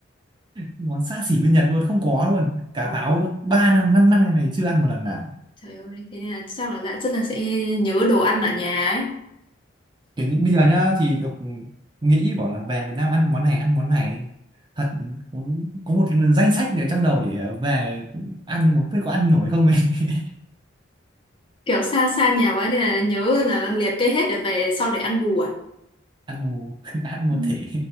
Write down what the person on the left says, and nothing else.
Ồ,
trời ơi thế nên là chắc là bạn rất là sẽ nhớ đồ ăn ở nhà ấy
kiểu xa xa nhà quá nên là nhớ là liệt kê hết để về sau để ăn bù à,
ừ.